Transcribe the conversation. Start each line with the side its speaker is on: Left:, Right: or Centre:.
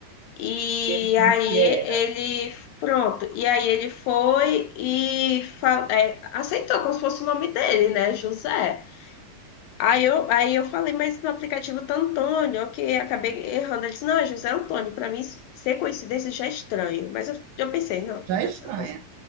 Left: e
Right: ele dizendo
Left: aí
Right: que era.
Left: ele, pronto, e aí ele foi e fal, é, aceitou como se fosse o nome dele, né, José. Aí eu, aí eu falei, mas no aplicativo tá Antônio, eu que acabei errando. Ele disse, não, é José Antônio. Para mim, ser coincidência já é estranho. Mas eu, eu pensei, não,
Right: Já
Left: dessa
Right: é estranha.
Left: coisa.